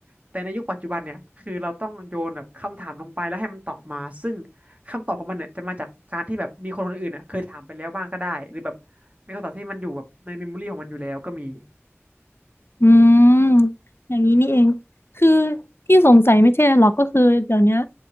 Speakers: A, on the right; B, on the left.
A: แต่ในยุคปัจจุบันเนี่ย คือเราต้องโยนแบบคำถามลงไปแล้วให้มันตอบมา ซึ่งคำตอบของมันเนี่ยจะมาจากการที่แบบมีคนคนอื่นเนี่ยเคยถามไปแล้วบ้างก็ได้ หรือแบบเป็นคำตอบที่มันอยู่แบบในเมมโมรี่ของมันอยู่แล้วก็มี
B: อืมอย่างนี้นี่เองคือที่สงสัยไม่ใช่อะไรหรอกก็คือเดี๋ยวเนี้ย